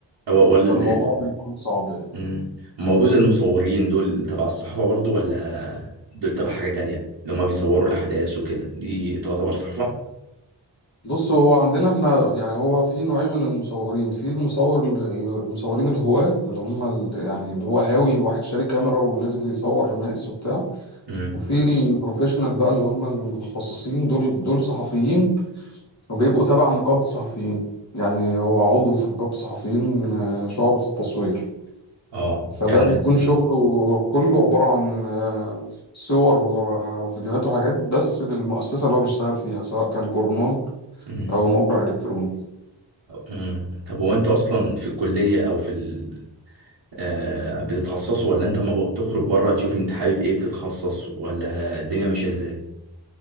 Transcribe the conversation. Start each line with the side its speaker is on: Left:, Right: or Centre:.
Right: هو وال
Left: فالموضوع بيكون صعب يعني
Right: مم. ما هو جزء المصورين دول تبع الصحافة برضو ولا دول تبع حاجة تانية اللي هما بيصوروا الأحداث وكده دي تعتبر صحافة
Left: بص هو عندنا احنا يعني هو في نوعين من المصورين في المصور ال- ال- المصورين الهواة اللي هم ال- يعني اللي هو هاوي واحد شاري كاميرا ونازل يصور ناس وبتاع
Right: امم
Left: وفي البروفيشنال بقى اللي هم المتخصصين دول دول صحفيين وبيبقوا تبع نقابة الصحفيين يعني هو عضو في نقابة الصحفيين آه، شعبة التصوير
Right: اه
Left: فده
Right: يعني
Left: بيكون شغله كله عبارة عن آه، صور و- وفيديوهات وحاجات بس للمؤسسة اللي هو بيشتغل فيها سواء كان جورنال
Right: امم
Left: أو موقع إلكتروني
Right: امم طب هو انتوا أصلا في الكلية أو في ال... آه، بتتخصصه ولا انت لما بتخرج بره تشوف انت حابب ايه بتتخصص ولا الدنيا ماشيه ازاي